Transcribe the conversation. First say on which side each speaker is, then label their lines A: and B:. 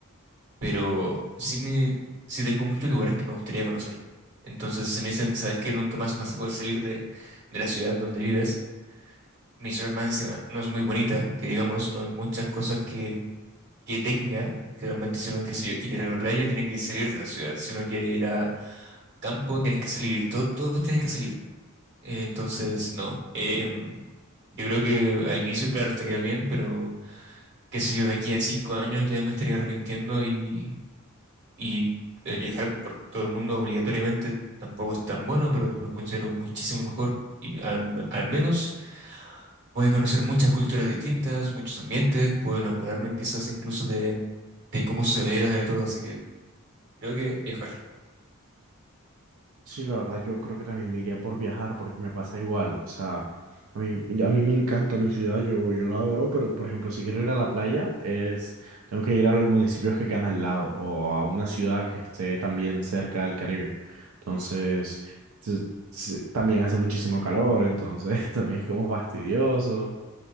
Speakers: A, on the right; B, on the right.
A: pero sí, me, sí tengo muchos lugares que me gustaría conocer. Entonces, se me dicen, ¿sabes que Nunca más vas a poder salir de, de la ciudad donde vives. Mi ciudad más encima no es muy bonita, que digamos, no hay muchas cosas que, que tenga. realmente si uno, qué sé yo, quiere ir a la playa, tiene que salir de la ciudad. Si uno quiere ir a campo, tienes que salir. Todo- todos tienen que salir. Eh, entonces, no. Em, yo creo que al inicio, claro, estaría bien, pero qué sé yo, de aquí a cinco años ya me estaría arrepintiendo y y el viajar por todo el mundo obligatoriamente tampoco es tan bueno, pero lo considero muchísimo mejor. Y al, al menos voy a conocer muchas culturas distintas, muchos ambientes, puedo enamorarme quizás incluso de, de cómo se vea de todo. Así que creo que viajar,
B: Sí, la verdad, yo creo que también me iría por viajar porque me pasa igual. O sea, a mí, a mí me encanta mi ciudad, yo, yo la adoro, pero por ejemplo, si quiero ir a la playa, es, tengo que ir a los municipios que quedan al lado o a una ciudad que esté también cerca del Caribe. Entonces, s- s- también hace muchísimo calor, entonces <laughs> también es como fastidioso.